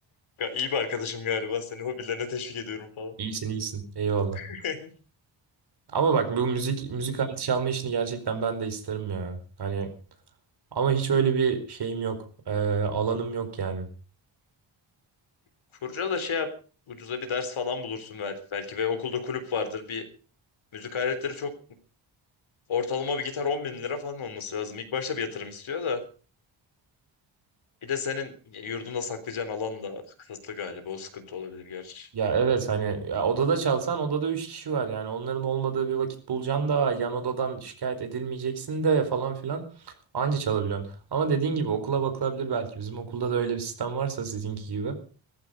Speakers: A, on the left; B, on the right.
A: iyi bir arkadaşım galiba. Seni hobilerine teşvik ediyorum falan.
B: İyisin iyisin. Eyvallah.
A: <laughs>
B: Ama bak bu müzik müzik aleti çalma işini gerçekten ben de isterim ya. Hani ama hiç öyle bir şeyim yok. Ee, alanım yok yani.
A: Kurcala şey yap. Ucuza bir ders falan bulursun belki. Belki ve okulda kulüp vardır. Bir müzik aletleri çok ortalama bir gitar 10 bin lira falan olması lazım. İlk başta bir yatırım istiyor da. Bir de senin yurdunda saklayacağın alan da kısıtlı galiba. O sıkıntı olabilir gerçi.
B: Ya evet hani ya odada çalsan odada 3 kişi var yani onların olmadığı bir vakit bulacaksın da yan odadan şikayet edilmeyeceksin de falan filan anca çalabiliyorsun. Ama dediğin gibi okula bakılabilir belki bizim okulda da öyle bir sistem varsa sizinki gibi.